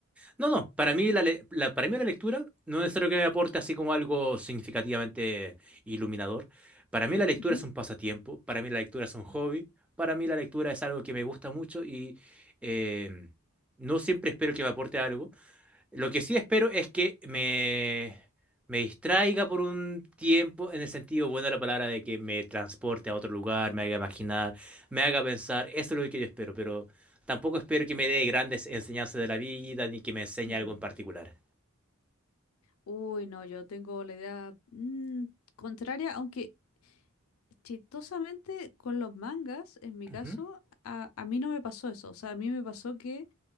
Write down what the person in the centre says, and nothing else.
No, no, para mí la, le- la- para mí la lectura no es necesario que me aporte así como algo significativamente iluminador. Para mí la lectura
es un pasatiempo, para mí la lectura es un hobby, para mí la lectura es algo que me gusta mucho y eh, no siempre espero que me aporte algo, lo que sí espero es que me, me distraiga por un tiempo, en el sentido bueno de la palabra, de que me transporte a otro lugar, me haga imaginar, me haga pensar. Eso es lo que yo espero, pero tampoco espero que me dé grandes enseñanzas de la vida ni que me enseñe
algo en particular.
Ujú,